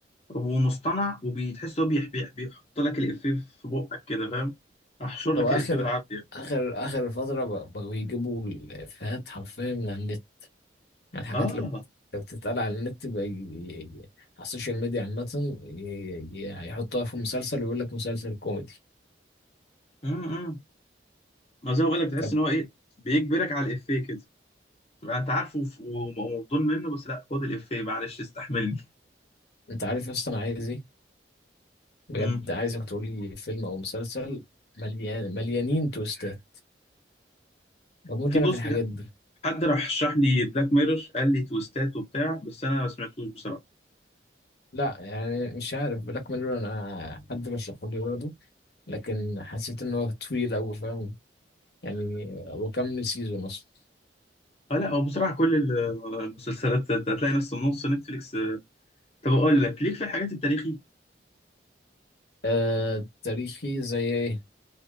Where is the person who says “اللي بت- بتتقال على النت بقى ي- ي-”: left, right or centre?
Left